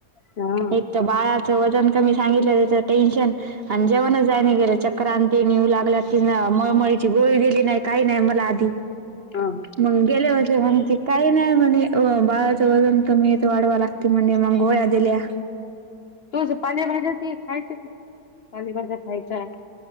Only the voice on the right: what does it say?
एक तर बाळाचं वजन कमी सांगितलं त्याच टेन्शन. आणि जेवणच जायने गेलं चक्रांती निऊ लागल्या ति मळमळीची गोळी गेली नाही काही नाही मला आधी ह
मग गेले म्हणजे म्हगती काही नाही म्हणे बाळाचं वजन कमी येतं वाढवा लागत. त तेम मंगोळ्या दिल्या.